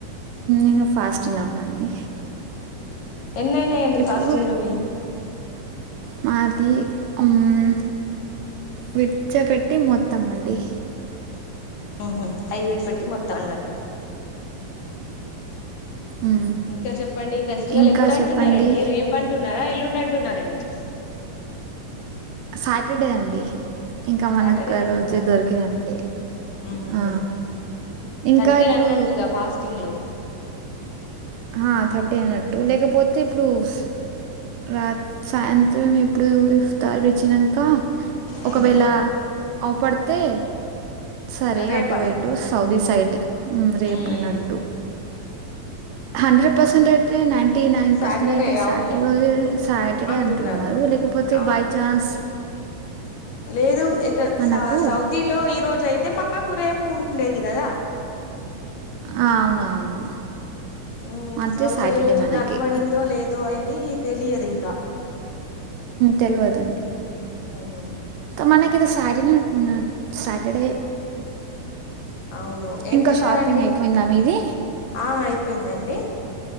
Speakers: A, on the right; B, on the left.
A: ఇన్ ఫాస్టింగ్లో ఉన్ననండి
B: ఎన్ని అయినాయండి
A: ఇప్పుడు
B: ఫాస్టింగ్ లో మీక్
A: మాది హ్మ్ విడిచపెట్టి మొత్తం అండి
B: ఓహో ఫైవ్ విడిసి పెట్టి మొత్ తన్నట్టు
A: మ్మ్
B: ఇంకా చెప్పండి ఫెస్టివల్
A: ఇంకా
B: ఎప్పుడు అంటున్నారండి
A: చెప్పండి
B: రేపు అంటున్నారా ఇల్లున్ అంటున్నారండి
A: సాటర్డే అండి ఇంకా మనకు
B: సాటర్డే
A: ఒక
B: అంటున్నారా
A: రోజు దొరికినట్టే
B: ఉ
A: ఆ
B: హో
A: ఇంకా
B: థర్టీ
A: ఇప్పుడు
B: అన్నట్టిగా ఫాస్టింగ్లూ
A: ఆ థర్టీ అయిన టూ లేకపోతే ఇప్పుడుస్ రాత్ సాయంత్రం ఇప్ ఇప్పుడు ఇఫ్తార్ విచ్చినంకా
B: ఉమ్
A: ఒకవేళ అవ్ పడతే సరే
B: రేపు
A: అటు
B: అన్నట్టు
A: వైటు సౌదీ సైట్ రేపుయినట్టు
B: ఉమ్ ఉమ్
A: హండ్రెడ్ పర్సెట్ అయితే నేటీ నైన్
B: సాటర్డే
A: పర్సెంట్ అయితే సాటర్డే
B: అవును
A: రోజు సాటర్డే
B: అంటున్నారండి
A: అంటున్నారు లేకపోతే
B: అవును
A: బై చాన్స్
B: లేదు ఇక
A: మనకు
B: సౌదీలో ఈ రోజు అయితే మా నాకు రేపు ఉండేది కదా
A: అవును అవును
B: ఉ
A: అంటే
B: సౌదీ
A: సాటర్డే
B: లో ఈ రోజు
A: మనకి
B: కనబడిందో లేదో ఇది తెలియదు ఇక
A: తెలియదండి
B: ఉమ్
A: మనకు సాటర్డే అంటున్నారు సాటర్డే
B: ఫోన్ సైలెంట్ సౌండ్ అవును ఏం
A: ఇంకా
B: తిన్నారండి
A: షాపింగ్ అయిపోయిందా మీది
B: ఆ అయిపోయిందండి